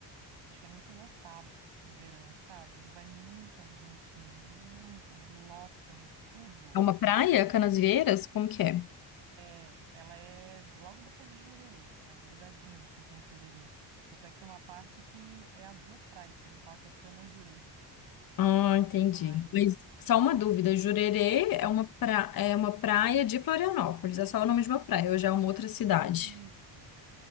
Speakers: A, on the right; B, on the left.
A: Acho que é muito lotado no verão, sabe? E vai muito argentino, muito. Eles lotam tudo.
B: É uma praia, Canasvieiras? Como que é?
A: É, ela é logo depois de Jurerê, ela é grudadinha assim com Jurerê. Tanto é que tem uma parte que é as duas praias, que a gente fala que é Canajurê,
B: Ah, entendi.
A: mas
B: Mas só uma dúvida, Jurerê é uma, pra... é uma praia de Florianópolis, é só o nome de uma praia, hoje é uma outra cidade.
A: isso,